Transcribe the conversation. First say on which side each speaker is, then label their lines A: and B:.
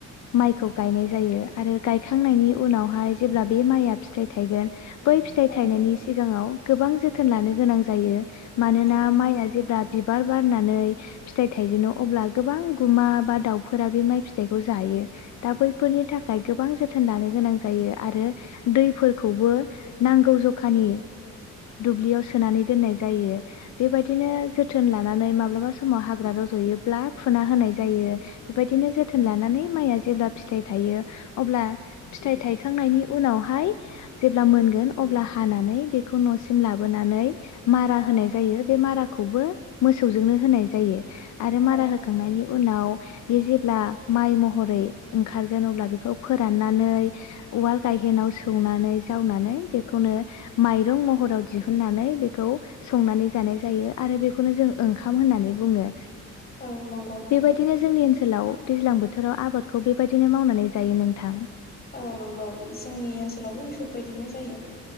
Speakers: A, on the left; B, on the left.
A: माइखौ गायनाय जायो आरो गायखांनायनि उनावहाय जेब्ला बे माइया फिथाइ थायगोन बै फिथाइ
B: औ
A: थायनायनि ङाव गोबां जोथोन लानो गोनां जायो। मानोना
B: नंगौ
A: माइआ जेब्ला बिबार बारनानै फिथाइ थाइजेनो अब्ला गोबां गुमा बा दाउफोरा बे माइ फिथाइखौ जायो दा बैफोरनि थाखाय गोबां जोथोन लानो गोनां जायो आरो दैफोरखौबो नांगौ जखानि दुब्लियाव सोनानै दोननाय जायो बेबायदिनो जोथोन लानानै माब्लाबा समाव हाग्रा रजयोब्ला फुना होनाय जायो बेबायदिनो जोथोन लानानै माइआ जेब्ला फिथाइ थायो अब्ला फिथाइ थायखांनायनि उनावहाय जेब्ला मोनगोन अब्ला हानानै बे खौ नसिम लाबोनानै मारा
B: औ
A: होनाय जायो बे मारा खौबो मोसौजोंनो होनाय जायो। आरो मारा
B: औ
A: होखांनायनि उनाव बे जेब्ला माइ महरै ओंखारगोन अब्ला बेखौ फोराननानै उवाल गायहेनाव सौनानै जावनानै बेखौनो माय रुं महराव दिहुननानै बेखौ संनानै जानाय जायो आरो बेखौनो जों ओंखाम होननानै बुङो।
B: औ नंगौ
A: बेबायदिनो जोंनि ओ ओनसोलाव दैज्लां बोथोराव आबादखौ बेबायदिनो मावनानै जायो नोंथां।
B: औ नंगौ जोंनि ओनसोलावबो बेफोरबायदिनो जायो।